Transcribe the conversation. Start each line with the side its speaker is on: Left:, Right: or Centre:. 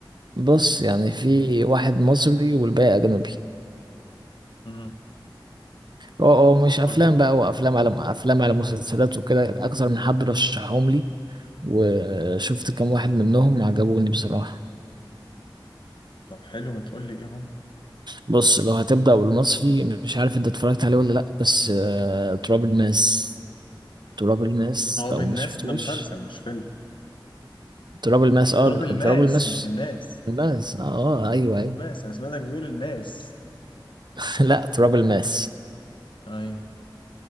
Right: بص يعني في واحد مصري والباقي اجنبي
Left: امم
Right: اه اه مش افلام
Left: قولهم لي
Right: بقى وافلام على افلام على مسلسلات وكده اكتر من حد رشحهم لي وشفت كام واحد منهم عجبوني بصراحة
Left: طب حلو ما تقول لي ايه هم
Right: بص لو هتبدأ بالمصري مش عارف انت اتفرجت عليه ولا لا بس أه تراب الماس تراب الماس
Left: تراب
Right: لو
Left: الناس
Right: ما شفتوش
Left: ده مسلسل مش فيلم
Right: تراب الماس اه
Left: تراب الماس
Right: تراب الماس
Left: مش الناس
Right: الماس اه آه، ايوه ايوه
Left: ماس انا سمعتك بتقول الناس
Right: <laughs> لا تراب الماس
Left: ايوه